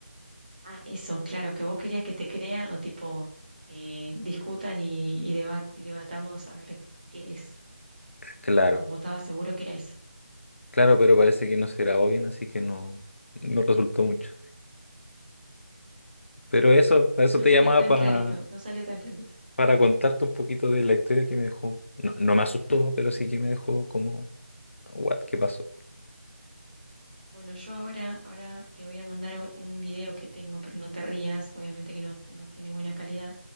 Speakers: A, on the right; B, on the left.
A: Ah, eso, claro, que vos querías que te crean o tipo eh, discutan y, y, debat- y debatamos a ver qué es.
B: Claro,
A: No, vos estabas seguro que era eso.
B: claro, pero parece que no se grabó bien, así que no, no resultó mucho. Pero eso, para eso
A: No
B: te
A: salió
B: llamaba
A: tan
B: pa-
A: clarito, no salió tan clarito.
B: para contarte un poquito de la historia que me dejó. No, no me asustó, pero sí que me dejó como, what, ¿qué pasó?
A: Bueno, yo ahora, ahora te voy a mandar un un video que tengo, pero no te rías, obviamente que no, no tiene buena calidad,